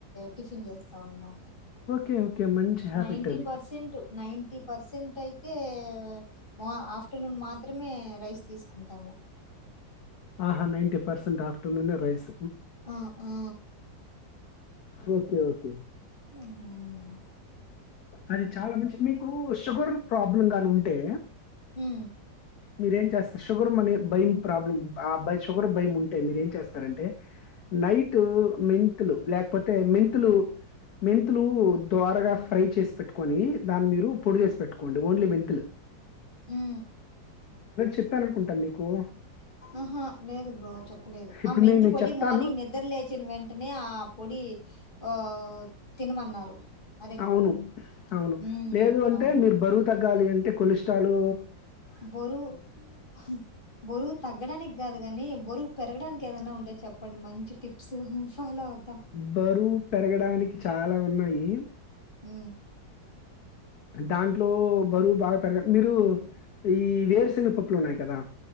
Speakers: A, on the left; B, on the left.
A: టిఫిన్ చే స్తాం మాట
B: కే ఓకే మంచి హ్యాబిట్
A: నైన్టీ
B: అది.
A: పర్సెంట్ నై టీ పర్సెంట్ అయితే మా ఆఫ్టర్నూన్ మాత్రమే రైస్ తీసుకుంటాము
B: ఆహా నైన్టీ పర్సెట్ ఆఫ్ టుటునే రైస్
A: ఆ! ఆ!
B: ఫు ఓకే ఓకే
A: హ్మ్.
B: అది చాలా మంచి మీకు షుగర్ ప్రాబ్లమ్ గా ఉంటే
A: హు
B: మీరేం చేస్తా షుగర్ మనే భయం ప్రాబ్లం ఆ బై షుగర్ భయం ఉంటే మీరు ఏం చేస్తారంటే నైట్ మెంతులు లేకపోతే మెంతులు మెంతులు ద్వారగా ఫ్రై చేసి పెట్టుకొని దాన్ని మీరు పొడి చేసి పెట్టుకోండి ఓన్లీ మెంతుల్.
A: హూ
B: చెప్పాననుకుంటా మీకు.
A: ఆహా లేదు బ్రో చెప్పలేదు ఆ
B: ఇప్పుడు
A: మెంత
B: మీకు నేను
A: పొడి
B: చెప్తాను
A: మార్నింగ్ నిద్ర లేచిన వెంటనే ఆ పొడి హా తినమన్నారు అదే కదా!
B: అవును అవును
A: హ్మ్.
B: లేదు అంటే
A: అవునవును.
B: మీరు బరువు తగ్గాలి అంటే కొలె కాళ్లు
A: బోరువు హు బోరువు తగ్గడానికి కాదు కాని బోరు పెరగడానికి ఏదన్నా ఉండే చెప్పం మంచి టిప్స్ ఫాలో అవుతాం.
B: బరు పెరగడానికి చాలా ఉన్నాయి
A: హూ
B: దాంట్లో ప్ బరువు బాగా పెర మీరు ఈ వేరుశెనపప్పులు ఉన్నాయి కదా